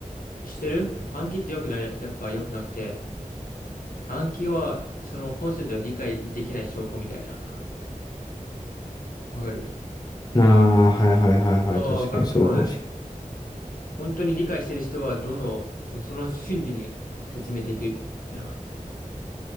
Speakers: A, on the left (about 85°); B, on the left (about 30°).
A: してる暗記ってよくない、やっぱ良くなくて、暗記はそのコンセプトを理解できない証拠みたいな。わかる
B: ああ、はいはいはいはい。
A: ああ、
B: 確かにそうかもしれ
A: 学問、本当に理解してる人はどの、もうその瞬時に説明できるじゃん。